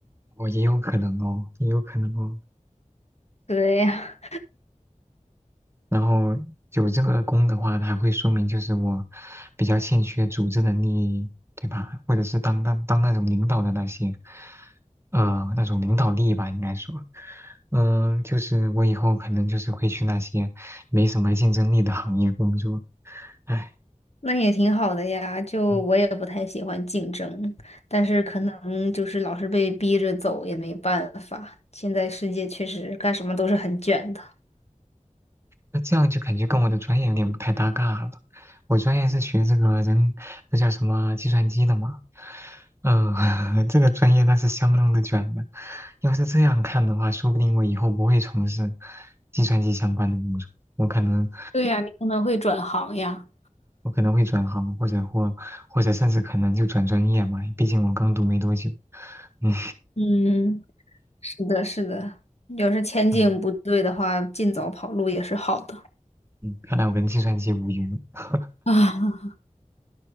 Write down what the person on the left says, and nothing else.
对呀，
那也挺好的呀。就我也不太喜欢竞争，
但是可能就是老是被逼着走也没办法。现在世界确实干什么都是很卷的。
对呀，你可能会转行呀。
嗯，是的，是的，要是前景不对的话，
尽早跑路也是好的。
啊，